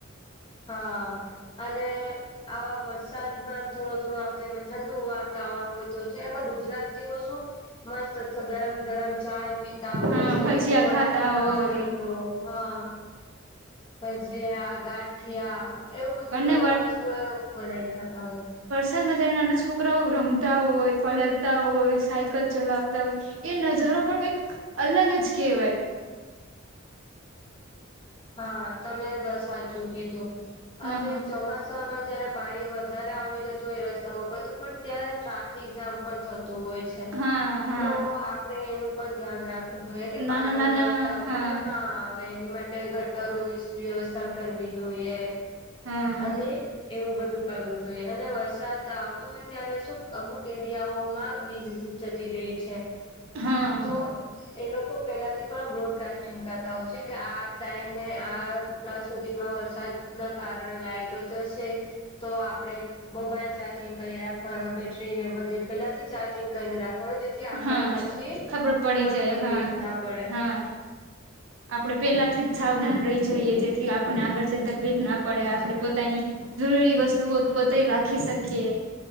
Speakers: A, on the left (about 25°); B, on the right (about 70°).
A: હા અને. આવા વરસાદમાં થોડો થોડો આવતા એ ઠંડુ વાતાવરણ હોય તો એમાં ગુજરાતીઓ શું. મસ્ત તો ગરમ ગરમ. ચાય પીતા હોય
B: હા
A: છે
B: ભજીયા
A: ખોરાક
B: ખાતા
A: માં
B: હોય
A: લોકો હા. ભજીયા ગાઠિયા. એવું બધું
B: અને
A: ગરમ વસ્તુ એ બનાવી ખાતા હોય.
B: માં જારે નાના છોકરાઓ રમતા હોય પલરતા હોય સાયકલ ચલાવતા હોય. એ નજારો પણ કઈક અલગ જ કેહેવાય.
A: હા તમે બ સાચું કીધું
B: હા
A: અને ચોમાસામાં જયારે. પાણી વધારે આવી જતું હોય રસ્તા ઉપર તો પણ ત્યારે ટ્રાફિક જામ પણ. થતું હોય છે
B: હા હા
A: તો આપડે એનું પણ ધ્યાન રાખ. જોએ કે
B: નાના
A: પાણી
B: નાના
A: રસ્તા ઉપર
B: હા
A: ના આવે એની માટે. ગટરોની સુ વ્યવસ્થા કરવી જોઈએ
B: હા
A: અને. એવું બધું કરવું જોઈએ અને વરસાદ આવતો હોય ત્યારે શું અમુક એરિયાઓમાં વીજ. જતી રહે છે.
B: હા
A: તો એ લોકો પેલાથી પણ બ્રોડકાસ્ટિંગ કરતા હોય છે કે આ. ટાઈમ આટલા સુધીમાં વરસાદ ના કારણે લાઈટો જશે. તો આપણે મોબાઈલ ચાર્જિંગ કરી રાખવાનું બેટરીને બધી. પેલા થી ચાર્જિંગ કરીને રાખવાનું જેથી. આપણને
B: હા
A: પછી
B: ખબર પડી
A: કોઈ
B: જાય
A: તકલીફ
B: હા
A: ના પડે
B: હા. આપડે પેલા થી જ સાવધાન રહી જઈએ જેથી આપને આગળ જઈને તકલીફ ના પડે આપણે પોતાની. જરૂરી વસ્તુઓ પોતેય રાખી શકીએ